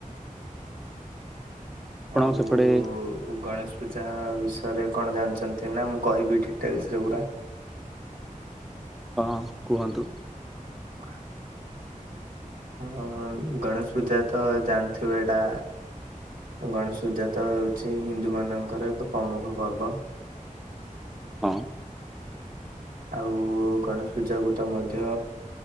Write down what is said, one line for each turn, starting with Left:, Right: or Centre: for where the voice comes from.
Centre: ଆପଣଙ୍କ
Right: ଆଉ
Centre: ସେପଟେ
Right: ଗଣେଶ ପୂଜା ବିଷୟରେ କଣ ଜାଣିଚନ୍ତି ନା ମୁଁ କହିବି ଡିଟେଲ୍ସ୍ରେ ପୁରା।
Centre: ହଁ କୁହନ୍ତୁ।
Right: ହ ହଁ ଗଣେଶ ପୂଜା ତ ଜାଣିଥିବେ ଏଟା। ଗଣେଶ ପୂଜା ତ ହେଉଛି ହିନ୍ଦୁମାନଙ୍କର ଏକ ପ୍ରମୁଖ ପର୍ବ।
Centre: ହଁ।
Right: ଆଉ ଗଣେଶ ପୂଜାକୁ ତ ମଧ୍ୟ